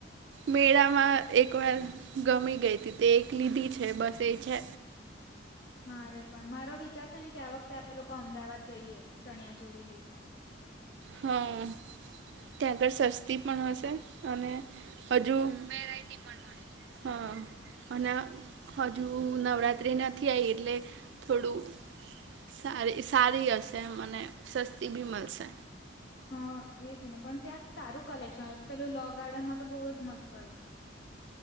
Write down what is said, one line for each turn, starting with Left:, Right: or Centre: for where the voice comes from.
Right: મેળામાં એક વાર ગમી ગઈ હતી તે એક લીધી છે બસ એ છે.
Left: મારે પણ મારો વિચાર છે ને કે આ વખતે આપણે લોકો અમદાવાદ જઈએ ચણિયા ચોળી લેવા
Right: હા ત્યાં આગળ સસ્તી પણ હશે અને હજુ વેરાયટી પણ હોય હા અને હજુ નવરાત્રિ નથી આઈ એટલે થોડું સારી સારી હશે મને સસ્તી બી મલશે.
Left: હા એજ ને પણ ત્યાં સારું કલેક્શન પેલું લો ગાર્ડનમાં તો બહુ જ મસ્ત હોય છે.